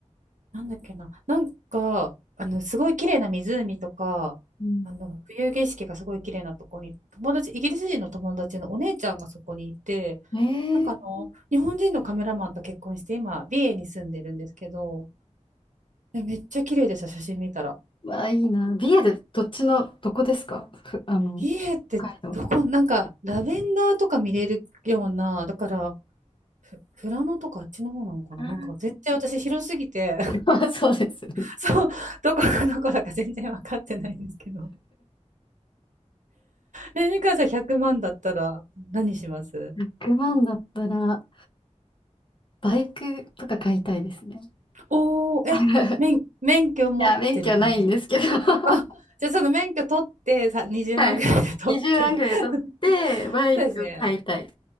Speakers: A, on the right; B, on the left.
A: なんだっけな、なんか、あの、すごい綺麗な湖とか、
B: うん。
A: あの、冬景色がすごい綺麗なとこに、友達、イギリス人の友達のお姉ちゃんがそこにいて、
B: ええ
A: なんかあの、日本人のカメラマンと結婚して、今、美瑛に住んでるんですけど、でめっちゃ綺麗でした、写真見たら。
B: わあ、いいな。美瑛でどっちの、どこですかふ、あの、
A: 美瑛ってどこ、
B: 北海道。
A: なんか、ラベンダーとか見れるような、だから、富良野とかあっちの方なのかななんか、
B: あー
A: 絶対私広すぎて、<laughs>
B: <laughs> あそうですよね。
A: そう、どこがどこだか全然分かってないんですけど。え、みかんさん100万だったら何します
B: 100万だったら、バイクとか買いたいですね。
A: おー、
B: <laughs>
A: え、
B: い
A: 免、免許持ってる感じ。
B: や、免許ないんですけど
A: ですか
B: <laughs>
A: あ、じゃあその免許取ってさ、20万ぐらいで取って。
B: はい。20万ぐらい取って、
A: <laughs>
B: バイクを買いたい。
A: そうですね。